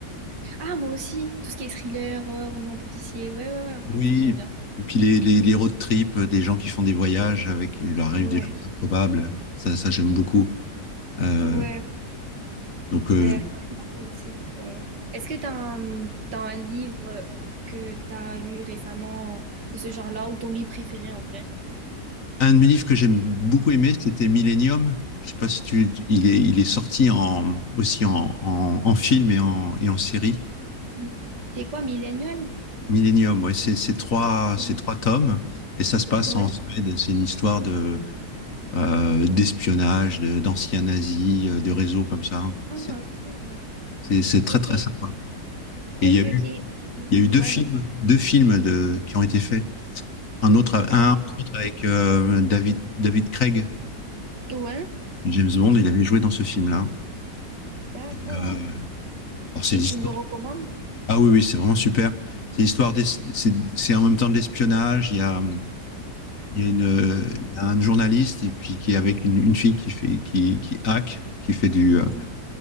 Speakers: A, on the right; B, on the left.
A: Ah moi aussi tout ce qui est thriller euh, roman policier. Ouais ouais ouais moi
B: Oui,
A: aussi j'aime bien.
B: et puis les, les, les road trips euh, des gens qui font des voyages avec, il leur arrive
A: Ouais.
B: des choses improbables. Ça, ça j'aime beaucoup. Euh,
A: Ouais,
B: donc, euh,
A: ben franchement, moi aussi. euh. Est-ce que t'as un, t'as un livre que t'as lu récemment de ce genre-là ou ton livre préféré en vrai?
B: un de mes livres que j'aime beaucoup aimé, c'était Millennium. Je sais pas si tu, il est, il est sorti en, aussi en, en, en film et en, et en série.
A: Mm. C'est quoi, Millennial?
B: Millennium, ouais, c'est c'est trois,
A: Mm.
B: c'est trois tomes et ça se passe
A: Ouais.
B: en Suède. C'est une histoire de euh, d'espionnage, de- d'anciens nazis, euh, de réseaux comme ça.
A: Ah,
B: C'est-
A: ok.
B: C'est c'est très
A: Ok,
B: très sympa.
A: ok,
B: Et il y a eu,
A: ok. Mhm.
B: il y a eu deux
A: Ouais,
B: films,
A: vas-y.
B: deux films de, qui ont été faits. Un autre,
A: Ah,
B: un entre autres avec euh, David, David Craig,
A: ouais,
B: James
A: ok,
B: Bond, il avait joué dans ce film-là.
A: d'accord.
B: Et, euh, alors c'est
A: Et
B: l'histoire-
A: tu me le recommandes?
B: Ah oui, oui, c'est vraiment super. C'est l'histoire des- c'est c'est en même temps de l'espionnage. Il y a, il y a une, euh, il y a un journaliste et puis qui est avec une, une fille qui fait, qui, qui hack, qui fait du, euh,
A: Mhm.